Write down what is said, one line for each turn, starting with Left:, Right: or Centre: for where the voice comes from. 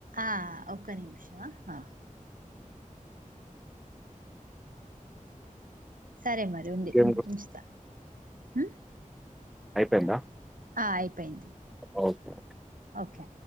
Right: ఆ ఒక్క నిమిషం ఆ సరే మరి ఉంది
Centre: ఇంకేం
Right: ఉ ఉంచుతా ఉమ్
Centre: అయిపోయింద
Right: ఆ అయిపోయింది
Centre: ఓకేే
Right: ఓకే